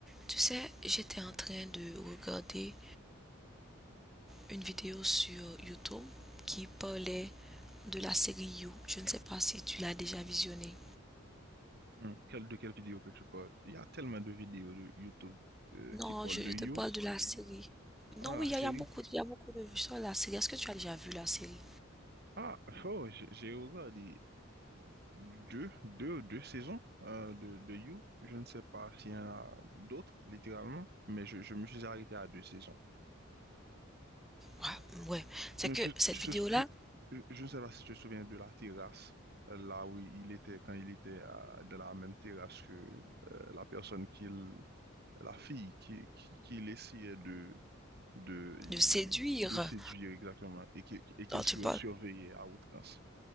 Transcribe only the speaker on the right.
Hum, quelle- de quelle vidéo que tu parles? Il y a tellement de vidéos de YouTube euh,
qui parlent
de
You,
ah, la
série.
Ah, oh, j'ai j'ai regardé deux, deux, deux saisons euh, de, de You. Je ne sais pas s'il y en a d'autres, littéralement, mais je, je me suis arrêté à deux saisons.
Mais
tu-
tu
te- tu- je je ne sais pas si tu te souviens de la terrasse, euh, là où il était, quand il était euh, de la même terrasse que euh, la personne qu'il, la fille qui, qui, qu'il essayait de de,
de séduire exactement et qu'il et qu'elle
soit
surveillée à outrance.